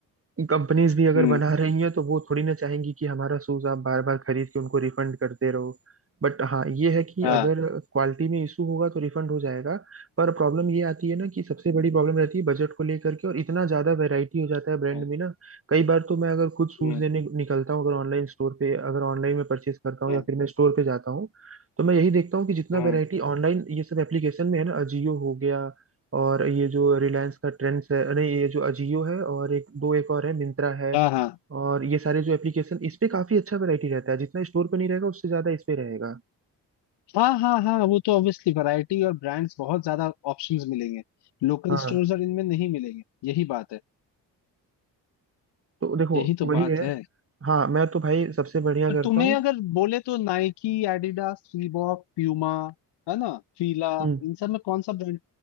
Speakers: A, on the right (about 25°); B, on the left (about 55°).
A: कंपनीज भी अगर
B: हम्म
A: बना रही हैं तो वो थोड़ी ना चाहेंगी कि हमारा शूज आप बार बार खरीद के उनको रिफंड करते रहो बट हाँ ये है कि
B: हाँ
A: अगर क्वालिटी में इशू होगा तो रिफंड हो जाएगा पर प्रॉब्लम ये आती है ना कि सबसे बड़ी प्रॉब्लम रहती है बजट को लेकर के और इतना ज्यादा वैरायटी हो जाता है ब्रांड
B: हम्म
A: में ना कई बार तो मैं अगर खुद शूज
B: हम्म
A: लेने निकलता हूँ अगर ऑनलाइन स्टोर पे अगर ऑनलाइन में परचेज करता हूँ
B: हम्म
A: या फिर मैं स्टोर पे जाता हूँ तो मैं यही देखता हूँ कि जितना
B: हम्म,
A: वैरायटी ऑनलाइन ये सब एप्लीकेशन में है ना अजियो हो गया और ये जो रिलायंस का ट्रेंड्स है नहीं ये जो अजियो है और एक दो एक और है मिंत्रा है
B: हाँ हाँ
A: और ये सारे जो एप्लीकेशन इस पे काफी अच्छा वैरायटी रहता है जितना स्टोर पे नहीं रहेगा उससे ज्यादा इस पे रहेगा
B: हाँ हाँ हाँ वो तो ऑब्वियसली वैरायटी और ब्रांड्स बहुत ज्यादा ऑप्शंस मिलेंगे लोकल
A: हाँ
B: स्टोर्स और इनमें नहीं मिलेंगे यही बात है
A: तो देखो
B: यही तो
A: वही
B: बात
A: है
B: है
A: हाँ मैं तो भाई सबसे बढ़िया
B: और
A: करता
B: तुम्हें
A: हूँ
B: अगर बोले तो नाइकी एडिडास रीबॉक प्यूमा है ना फीला
A: हम्म
B: इन सब में कौन सा ब्रांड